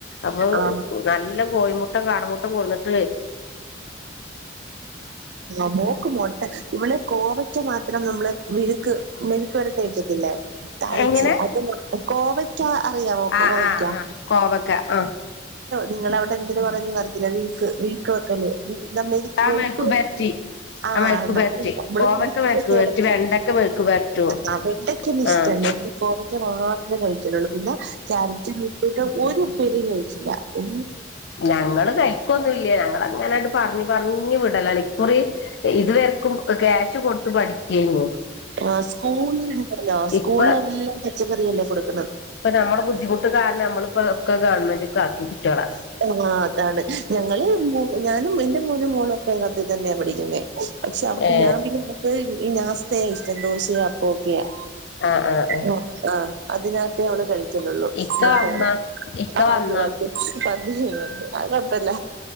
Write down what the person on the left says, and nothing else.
അപ്പൊ
നല്ല കോഴമുട്ട കാടമുട്ട ഇം കൊന്നിട്ടേ
എങ്ങനെ
ആഹ് ആഹ് ആഹ് കോവക്ക ആഹ്
ആ
മെഴുക്ക്
പെരട്ടി
ആ മെഴുക്ക്
പെരട്ടി കോവക്ക
മെഴുക്ക് പെരട്ടി വെണ്ടക്ക മെഴുക്ക് പെരട്ടും
ആഹ്
ഞങ്ങള് കഴിക്കൊന്നുംല്ല ഞങ്ങള അങ്ങനായിട്ട് പറഞ്ഞഞ് പറഞ്ഞു വിടലണ് ഇകുറി ഇതൂവർക്കും ക്യാഷ് കൊടുത്ത പഠിക്കും <inaudible>
ഇപ്പൊ
ഇപ്പൊ നമ്മുടെ ബുദ്ധിമുട്ട് കാരണം നമ്മിപ്പോ ഒക്കെ ഗവൺമെന്റ് ഒക്ക ആക്കി കുട്ടികളെ
ഏ
ആഹ് ആഹ് ആഹ്
ഇക്ക
വന്നാ
ഇക്ക
വന്നാ